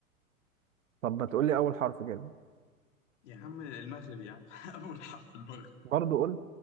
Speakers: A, on the right (about 60°); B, on the left (about 55°).
A: طب ما تقولي أول حرف كده
B: يا عم المغرب يا عم <laughs> اول حرف المغرب
A: برضو قول